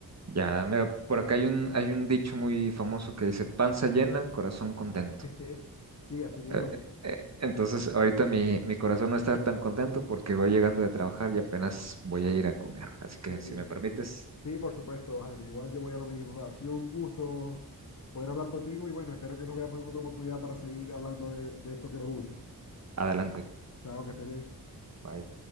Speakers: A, on the right (about 45°); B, on the left (about 45°).
A: Ya, mira, por acá hay un, hay un dicho muy famoso que dice, panza llena, corazón contento.
B: <laughs> Sí, así mismo
A: Eh,
B: es.
A: eh, entonces, ahorita mi, mi corazón no está tan contento porque voy llegando de trabajar y apenas voy a ir a comer. Así que
B: Sí,
A: si me permites,
B: sí, por supuesto, Jaime. Igual yo voy a lo mismo. Ha sido un gusto poder hablar contigo y bueno, espero que nos veamos en otra oportunidad para seguir hablando de, de esto que nos gusta.
A: adelante.
B: Chao, que estés bien.
A: Bye.